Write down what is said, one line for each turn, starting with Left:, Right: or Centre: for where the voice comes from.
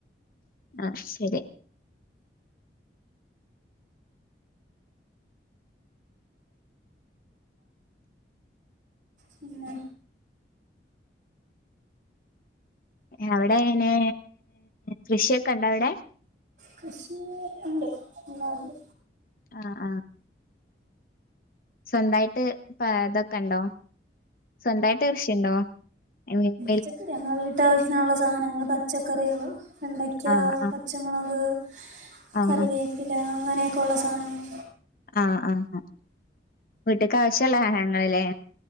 Left: അത് ശെരി.
Right: പിന്നെ
Left: അവടെങ്ങനെ കൃഷ്യൊക്കെണ്ടവടെ?
Right: കൃഷി ഇണ്ട്. എല്ലാരുണ്ട്.
Left: ആഹ് ആഹ് സ്വന്തായിട്ട് പാ തൊക്കെണ്ടോ സ്വന്തായിട്ട് കൃഷിണ്ടോ? <unintelligible>
Right: <unintelligible> നമ്മളെ വീട്ടാവശ്യത്തിനൊള്ള സാധനങ്ങള് പച്ചക്കറികള് വെണ്ടയ്ക്ക,
Left: ആഹ്
Right: പച്ചമുളക്,
Left: ആഹ്
Right: കറിവേ പ്പില അങ്ങനെക്കൊള്ള സാനങ്ങള്
Left: ആഹ് ആഹ് ആഹ് വീട്ട്ക്കാവശ്യള്ള സാനങ്ങള്ല്ലേ.